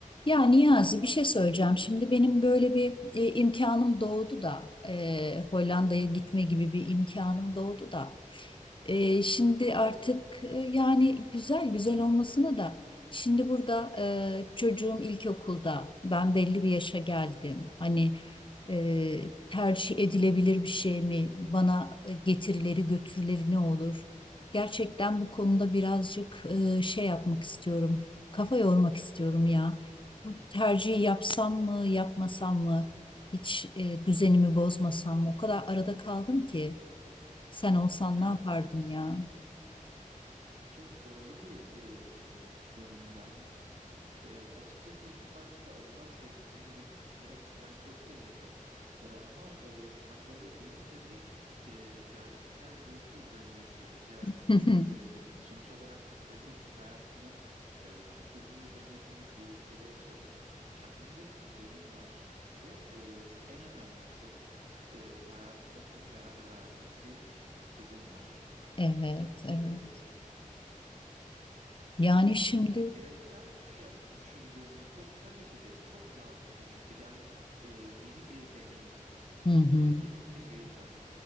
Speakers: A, on the left; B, on the right.
A: Ya Niyazi bir şey söyleyeceğim. Şimdi benim böyle bir e, imkanım doğdu da e, Hollanda'ya gitme gibi bir imkanım doğdu da e, şimdi
B: Çok
A: artık
B: güzel.
A: e, yani güzel güzel olmasına da şimdi burada e, çocuğum ilkokulda ben belli bir yaşa geldim. Hani e, tercih edilebilir bir şey mi? Bana e, getirileri götürüleri ne olur? Gerçekten bu konuda birazcık e, şey yapmak istiyorum. Kafa yormak istiyorum ya. Bu tercihi yapsam mı, yapmasam mı? Hiç e, düzenimi bozmasam mı? O kadar arada kaldım ki. Sen olsan
B: Ya
A: ne yapardın
B: evet
A: ya?
B: çok zorlu bir e, e, durum yani. E, açıkçası ilk başta adına sevindim. <laughs> Gerçekten çok sevindim. E, ama e, sen böyle deyince bir e, gerçekler bulutu üzerime çöktü. Yani
A: <laughs>
B: e, sonuç olarak <laughs> e, hayatının e, çok uzun bir dönemi bu ülkede yaşadın. Kendince bir düzenin var. Ve e, en önemlisi e, hayatında çok değer verdiğin bir kızın var.
A: Evet, evet.
B: E,
A: Yani
B: Şimdi
A: şimdi
B: bireysel düşe- düşündüğümüzde tabii ki de çok cazip bir fikir. Yani e, yeni bir deneyim,
A: hı hı.
B: e, yeni bir heyecan